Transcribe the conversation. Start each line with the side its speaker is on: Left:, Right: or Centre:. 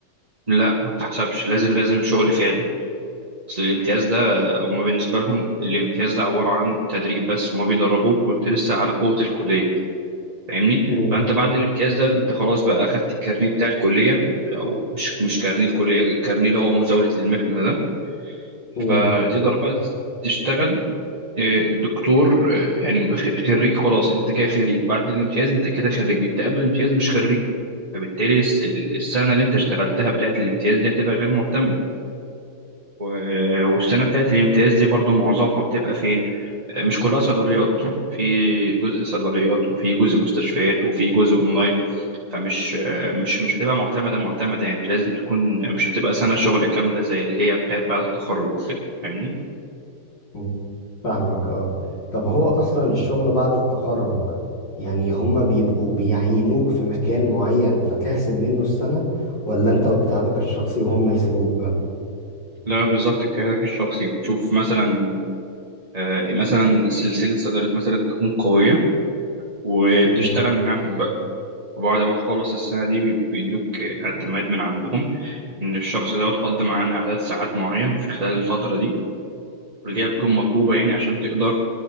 Right: لا ما تحسبش لازم لازم شغل فعلي أصل الامتياز ده هما بالنسبة لهم الامتياز ده عبارة عن تدريب بس هما بيدربوك وأنت لسه على قوة الكلية فاهمني
Left: مم.
Right: فانت بعد الامتياز ده انت خلاص بقى اخدت الكارنيه بتاع الكليه او مش مش كارنيه الكليه الكارنيه اللي هو مزاوله المحنه ده
Left: مم.
Right: فتقدر بقى تشتغل آه، دكتور آه، يعني خ- خريج خلاص انت كده خريج بعد الامتياز انت كده خريج انت قبل الامتياز مش خريج فبالتالي الس- ال- السنه اللي انت اشتغلتها بتاعت الامتياز دي هتبقى غير معتمده و- والسنه بتاعت الامتياز دي برضو معظمها بتبقى فين آه، مش كلها صيدليات في جزء صيدليات وفي جزء مستشفيات وفي جزء اونلاين فمش مش مش هتبقى معتمدة معتمدة يعني لازم تكون مش هتبقى سنة شغل كاملة زي اللي هي بتاعت بعد التخرج وكده فاهمني؟
Left: مم. فاهمك اه طب هو اصلا الشغل بعد التخرج يعني هما بيبقوا بيعينوك في مكان معين فتحسب منه السنة ولا انت واجتهادك الشخصي وهم يسيبوك بقى
Right: لا بالظبط اجتهادك الشخصي بتشوف مثلا آه، مثلا سلسلة صيدلات مثلا تكون قوية وبتشتغل
Left: مم.
Right: معاهم بقى وبعد ما تخلص السنة دي بي- بيدوك اعتماد من عندهم إن الشخص ده قضى معانا عدد ساعات معين في خلال الفترة دي اللي هي بتكون مطلوبة يعني عشان تقدر